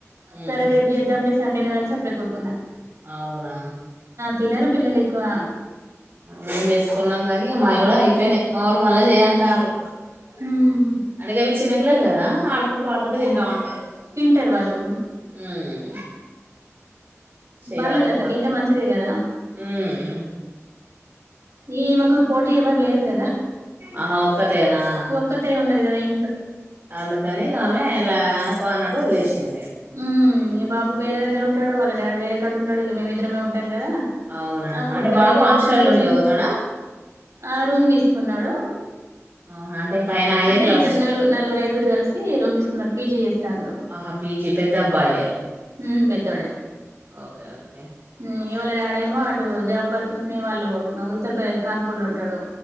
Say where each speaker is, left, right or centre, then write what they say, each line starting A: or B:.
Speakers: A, on the right; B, on the right.
A: ఉహు
B: సరే రేపు చేద్దాం లే సండే కదాని సప్పడే కోరుకున్నా
A: అవునా
B: తినరు పిల్లలు ఎక్కువ
A: మేం చేసుకున్నాం గాని మావి కూడా అయిపోయినాయి మా వాళ్ళు మళ్ళా చేయంటారు
B: ఉహు
A: అడగ వీళ్ళు చిన్న పిల్లలు కదా ఆడుకుంటూ పాడుకుంటూ తింట ఉంటారు
B: తీన్టర్ వాళ్ళు
A: ఉమ్, చెయ్యాలి
B: పర్లేదు అట్లా
A: మళ్ళా
B: తింటే మంచిదే కదా
A: ఉమ్,
B: ఈమకు పోటీ ఎవరు లేరు కదా
A: ఆహా ఒక్కతేనా
B: ఒక్కతే ఉన్నది కదా ఇ
A: అందుకని ఆమె ఇలా పా అన్నట్టు వదిలేసింది
B: ఉమ్ ఈ బాబు వేరే దగ్గర ఉంటాడు వాళ్ళ డాడీ వేరే కాడ ఉంటాడు మేమిద్దరమే ఉంటాం కద
A: అవునా
B: ఆమె
A: అంటే
B: కొక్కదే
A: బాబు
B: ఇగ
A: హాస్టల్
B: ఇద్దరమే కూసోని
A: నుండి చదువుతాడా
B: ఆ రూమ్ తీసుకున్నాడు
A: ఆహా, అంటే ఇంకా ఆయన అయ్యే
B: అంటే
A: క్లాసెస్
B: ఇద్దరు నలుగురు
A: పెద్ద
B: నలుగురు ఐదుగురు కలిసి రూమ్ తీసుకున్నారు పీజీ చేస్తాండు
A: ఆ పీజీ పెద్ద అబ్బాయే
B: హ్మ్ పెద్దోడే
A: ఓకే ఓకే
B: హ్మ్ ఇగ వాళ్ళ డాడేమో అటు జాబ్ పర్పస్ మీ వాళ్ళు ఉత్తరప్రదేశ్ కాన్పూర్లో ఉంటాడు